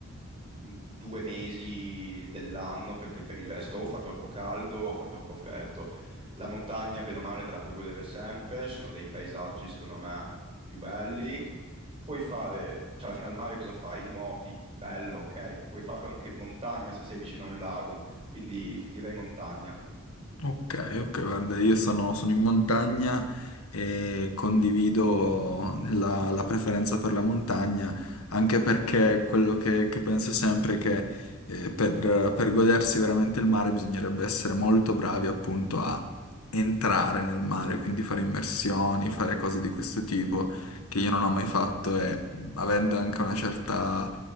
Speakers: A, on the right (about 25°); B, on the left (about 90°).
A: mm, due mesi dell'anno, perché per il resto o fa troppo caldo o fa troppo freddo. La montagna, bene o male, te la puoi godere sempre, sono dei paesaggi, secondo me, più belli. Puoi fare, cioè alla fine al mare cosa fai? Nuoti, bello, ok, puoi farlo anche in montagna se sei vicino a un lago, quindi ti direi montagna.
B: Ok, ok, guarda, io sono, sono in montagna e condivido la, la preferenza per la montagna, anche perché quello che, che penso sempre è che eh, per, per godersi veramente il mare bisognerebbe essere molto bravi appunto a entrare nel mare, quindi fare immersioni, fare cose di questo tipo che io non ho mai fatto e mh, avendo anche una certa